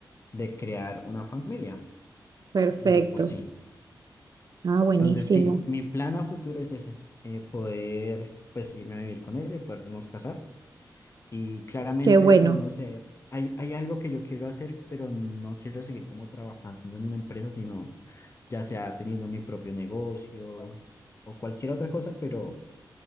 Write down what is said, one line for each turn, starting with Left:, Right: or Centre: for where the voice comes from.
Left: de crear una familia
Right: perfecto.
Left: de por sí.
Right: Ah, buenísimo.
Left: Entonces sí, mi plan a futuro es ese, eh, poder pues irme a vivir con ella y podernos casar Y claramente,
Right: Qué bueno.
Left: pues no sé, hay, hay algo que yo quiero hacer, pero no quiero seguir como trabajando en una empresa, sino ya sea teniendo mi propio negocio o cualquier otra cosa, pero